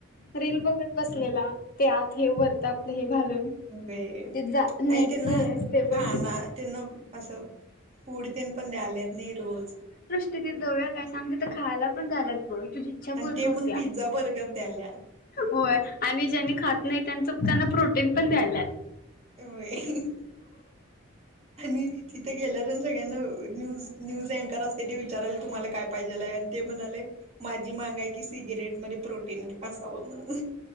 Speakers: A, on the left; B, on the right.
A: रील बघत बसलेला ते आत हे वरता आपलं हे घालून.
B: वे
A: ते जा नेटच
B: आई त्यांना
A: हे असते
B: खाना.
A: बघ
B: त्यांना असं फूड तेन पण द्याआल्यातं नी रोज.
A: तिथे जवळ्या काय सांग, तिथं खायला पण झाल्यात बघं तुझी. इच्छा
B: आण
A: पूर्ण
B: ते
A: होत्या.
B: पण पिझ्झा बर्गर द्याल्या.
A: होय आणि ज्यांनी खात नाही त्यांच त्यांना प्रोटीन पण द्यायलाय.
B: व्हयं! आणि तिथे गेल्यावरून सग्यांना न्यूज-न्यूज अँकर असते ते विचाराल तुम्हाला काय? पायज्यल आहे नं ते म्हणाले माझी मांगायची सिगरेट मधे प्रोटीन असाव म्हण.